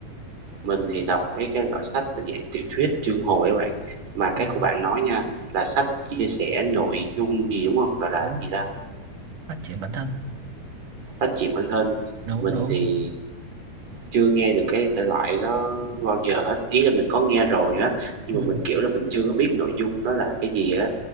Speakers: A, on the right; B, on the right.
A: mình thì đọc mấy cái loại sách là dạng tiểu thuyết, chương hồi á bạn. Mà cái
B: À,
A: của bạn nói nha, là sách chia sẻ nội dung gì đúng không? Gọi là
B: đúng,
A: cái gì ta?
B: phát triển bản thân.
A: Sách truyện Anh Hên.
B: Đúng
A: Mình
B: đúng.
A: thì chưa nghe được cái thể loại đó bao giờ hết. Ý là mình có nghe rồi á, nhưng
B: Ừ.
A: mà mình kiểu là mình chưa có biết nội dung nó là cái gì á